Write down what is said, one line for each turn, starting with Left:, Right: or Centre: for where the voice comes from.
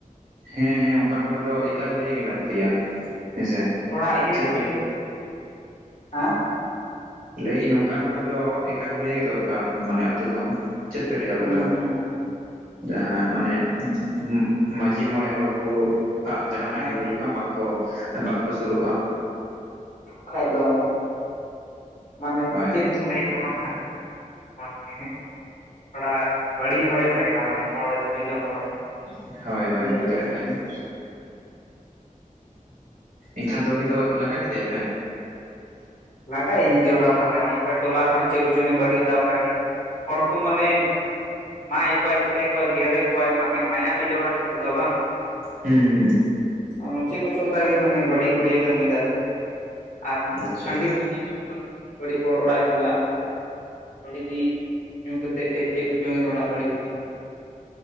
Right: ᱦᱮᱸ ᱦᱮᱸ ᱚᱸᱠᱟᱱ ᱦᱚᱲ ᱫᱚ ᱮᱠᱟ ᱜᱷᱩᱨᱭᱟᱹ ᱜᱮ ᱞᱟᱠᱛᱤᱭᱟ ᱦᱮᱸᱥᱮ᱾
Left: ᱛᱷᱚᱲᱟ ᱤᱭᱟᱹᱜ
Right: ᱪᱮᱫ ᱯᱮ
Left: ᱤᱭᱟᱹᱜ! ᱦᱮᱸ?
Right: ᱞᱟᱹᱭᱤᱟᱹᱧ ᱚᱸᱠᱟᱱ ᱦᱚᱲ ᱫᱚ ᱮᱠᱟ ᱜᱷᱩᱨᱤᱭᱟᱹ ᱜᱮ ᱫᱚᱨᱠᱟᱨ, ᱢᱟᱱᱮ ᱟᱹᱛᱩ ᱠᱷᱚᱱ᱾ ᱪᱮᱫ ᱯᱮ ᱞᱟᱹᱭᱟ ᱟᱯᱮ
Left: ᱦᱩᱸ
Right: ᱫᱚ,
Left: ᱦᱩᱸ
Right: ᱡᱟᱦᱟᱸ ᱢᱟᱱᱮᱜ <unintelligible> ᱢᱟᱺᱡᱷᱤ ᱢᱚᱬᱮ ᱦᱚᱲ ᱩᱱ- ᱠᱚ ᱟᱜ ᱡᱟᱦᱟᱸᱱᱟᱜ
Left: ᱦᱮᱸ
Right: ᱜᱮ ᱦᱩᱭᱩᱜᱼᱟ ᱵᱟᱝᱠᱚ ᱵᱟᱝᱠᱚ ᱥᱩᱨᱩᱜᱼᱟ?
Left: ᱠᱷᱟᱡ ᱫᱚᱝ ᱢᱟᱱᱮ
Right: ᱦᱳᱭ
Left: ᱪᱮᱫ
Right: ᱦᱳᱭ
Left: ᱞᱤᱧ ᱞᱟᱹᱭ- ᱦᱮᱸ ᱵᱟᱸᱠᱷᱟᱱ <unintelligible> ᱛᱷᱚᱲᱟᱜ ᱵᱟᱹᱲᱤᱡ ᱦᱚᱲᱮ ᱛᱟᱦᱮᱸ ᱠᱟᱱᱟ ᱢᱟᱱᱮ ᱦᱚᱲ ᱡᱚᱡᱚᱢ ᱦᱚᱲ᱾
Right: <inaudible> ᱦᱳᱭ ᱦᱳᱭ
Left: ᱩᱱᱤ ᱫᱚ
Right: ᱵᱩᱡᱽ ᱫᱟᱲᱮᱜ ᱠᱟᱱᱟ ᱞᱤᱧ᱾ ᱮᱸᱠᱷᱟᱱ ᱫᱚ ᱩᱱᱤ ᱫᱚ ᱞᱟᱜᱟ ᱠᱮᱫᱮᱭᱟ ᱯᱮ?
Left: ᱞᱟᱜᱟᱭᱮᱜᱮ ᱡᱟᱹᱨᱩᱲᱟ ᱢᱟᱱᱮ ᱚᱸᱰᱮ ᱴᱚᱞᱟ ᱨᱮᱦᱚᱸ ᱪᱮᱜ ᱠᱚᱪᱚᱝ ᱮ ᱵᱟᱹᱲᱤᱡ ᱮᱫᱟ ᱚᱸᱠᱟ ᱜᱮ᱾ ᱦᱚᱲᱠᱚ ᱢᱟᱱᱮᱢ ᱢᱟᱜ ᱮᱫ ᱠᱚᱣᱟᱭ ᱪᱤᱠᱟᱹᱭ ᱮᱫ ᱠᱚᱣᱟᱭ ᱜᱮᱨᱮᱫ ᱠᱚᱣᱟᱭ ᱢᱟᱱᱮ ᱢᱟᱭᱟᱢᱮᱭ ᱡᱚᱨᱚ ᱮᱫ ᱛᱟᱠᱚᱣᱟ ᱵᱟᱝ ᱾
Right: ᱦᱩᱸᱱ! ᱦᱩᱸ᱾
Left: ᱚᱸᱻᱪᱮᱜ ᱠᱚᱪᱚᱝ ᱚᱸᱠᱟᱜᱮ ᱢᱟᱱᱮ ᱵᱟᱹᱲᱤᱜ ᱵᱟᱹᱲᱤᱜ ᱮ ᱠᱟᱹᱢᱤ ᱮᱫᱟ ᱾ ᱟᱨ-
Right: ᱟᱪᱪᱷᱟ
Left: <unintelligible> ᱵᱟᱹᱲᱤᱡ ᱦᱚᱲ ᱚᱲᱟᱜ ᱮ ᱪᱟᱞᱟᱜᱼᱟ᱾ ᱟᱹᱣᱲᱤ ᱜᱤᱜ ᱧᱩ ᱠᱟᱛᱮᱜ ᱮ ᱪᱮᱫ ᱠᱚᱪᱚᱝ ᱮ ᱨᱚᱲᱟ ᱵᱟᱹᱲᱤᱡ ᱵᱟᱹᱲᱤᱡ᱾